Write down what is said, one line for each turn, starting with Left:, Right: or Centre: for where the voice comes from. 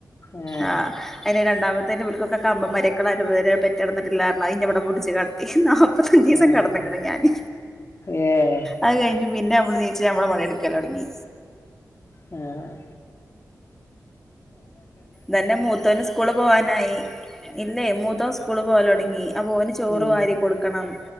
Left: ആഹ്
Centre: ആ അതിന് രണ്ടാമത്തെ അതിൻ്റെള്ളേക്കെ കമ്പം മരക്കടരെ പെറ്റിടിട്ടില്ലായിരുന്നു അ ഇനി ഇവിടെ പിടിച്ച് കിടത്തി എന്നോ ഇപ്പഞ്ച് ദിവസം
Left: ആഹ്
Centre: കടന്നക്ക ഞാന്
Left: ഏഹ്
Centre: അത് കഴിഞ്ഞ് പിന്നെ നമ്മ നീച്ച നമ്മെ പണിയ എടുക്കല്ലോ തുടങ്ങി
Left: ആ
Centre: തന്നെ മൂത്തോന് സ്കൂള് പോവാനായി ഇല്ലേ മൂത്തോൻ സ്കൂള് പോല തുടങ്ങി അപ്പൊ ന് ചോറ്
Left: ഉം
Centre: വാരി കൊടുക്കണം